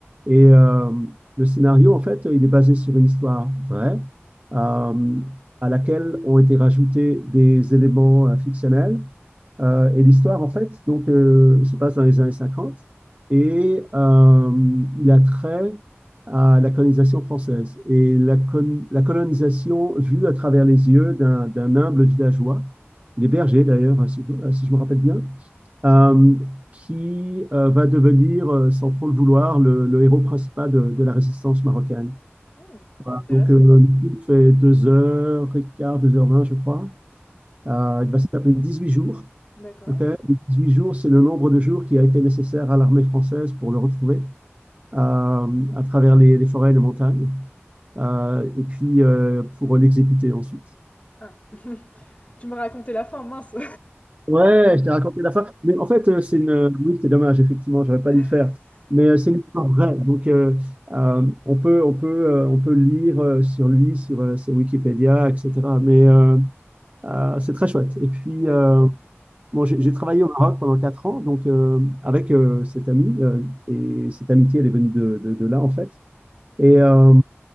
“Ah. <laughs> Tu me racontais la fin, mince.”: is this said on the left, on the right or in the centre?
Left